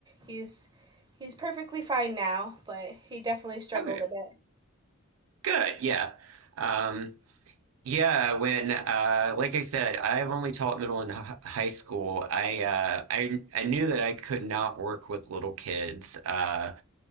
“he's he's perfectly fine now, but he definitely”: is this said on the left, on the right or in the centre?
Right